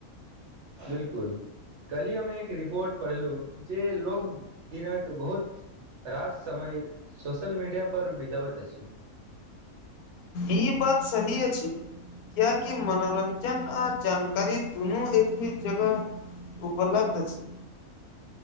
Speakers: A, on the right (about 60°); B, on the left (about 80°).
A: बिल्कुल कल्हि हम एक रिपोर्ट पढ़लु जे लोग दिनक बहुत रास समय सोशल मीडिआ पर बिताबत अछि।
B: ई बात सहीये छै। कियाकी मनोरञ्जन आ जानकारी दुनू एक ही जगह। उपलब्ध छै